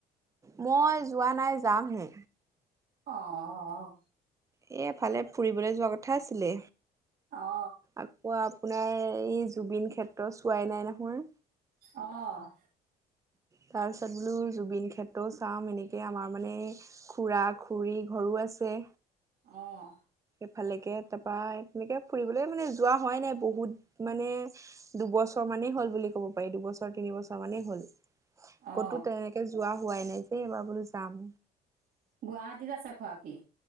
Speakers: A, on the right; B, on the right.
A: মই যোৱা নাই যামহে
B: অ', অ', অ'।
A: এ এফালে ফুৰিবলৈ যোৱা কথা আছিলে।
B: অ
A: আকৌ আপোনাৰ এই জুবিন ক্ষে ত' চোৱাই নাই নহয়।
B: অ'।
A: তাৰপিছত বোলো জুবিন ক্ষেত্ৰও চাম এনেকে আমাৰ মানে খুৰা খুৰীৰ ঘৰো আছে।
B: অ'।
A: ইফালেকে তাৰপৰা তেনেকে ফুৰিবলৈ মানে যোৱা হোৱাই নাই বহুত মানে দুবছৰ মানেই হ'ল বুলি ক'ব পাৰি দুবছৰ তিনিবছৰ মানেই হ'ল।
B: অ
A: ক'তো তেনেকে যোৱা হোৱাই নাই যে এইবাৰ বোলো যাম।
B: গুৱাহাটীত আছে খোৱা কি